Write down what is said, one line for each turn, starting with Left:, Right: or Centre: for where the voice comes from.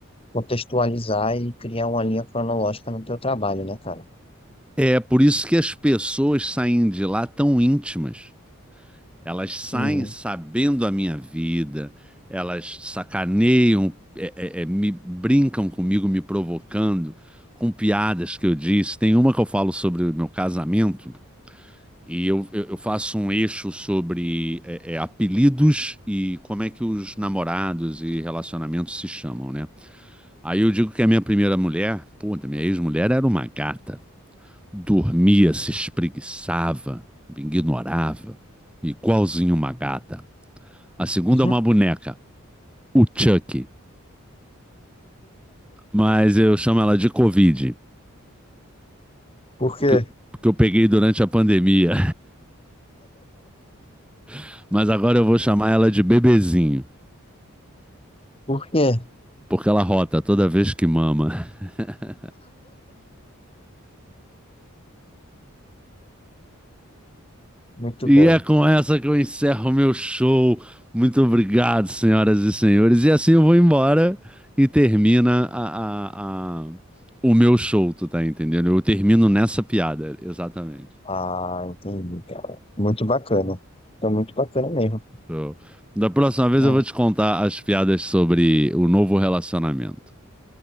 Left: contextualizar e criar uma linha cronológica no teu trabalho, né, cara?
Centre: É por isso que as pessoas saem de lá tão íntimas. Elas saem
Left: Sim.
Centre: sabendo a minha vida, elas sacaneiam, é, é, é, me brincam comigo, me provocando com piadas que eu disse. Tem uma que eu falo sobre o meu casamento e eu, eu, eu faço um eixo sobre é, é, apelidos e como é que os namorados e relacionamentos se chamam, né? Aí eu digo que a minha primeira mulher, puta, minha ex-mulher era uma gata. Dormia, se espreguiçava, me ignorava, igualzinho uma gata. A segunda
Left: <laughs>
Centre: é uma boneca, o Chuck. Mas eu chamo ela de Covid,
Left: Por
Centre: porque,
Left: quê?
Centre: porque eu peguei durante a pandemia. <laughs> Mas agora eu vou chamar ela de bebezinho,
Left: Por quê?
Centre: porque ela rota toda vez que mama. <laughs>
Left: Muito
Centre: E
Left: bom.
Centre: é com essa que eu encerro o meu show. Muito obrigado, senhoras e senhores. E assim eu vou embora e termina a- a- a- o meu show, tu tá entendendo? Eu termino nessa piada, exatamente.
Left: Ah, entendi, cara. Muito bacana. Foi muito bacana mesmo.
Centre: Show. Da próxima vez
Left: É,
Centre: eu vou te contar as piadas sobre o novo relacionamento,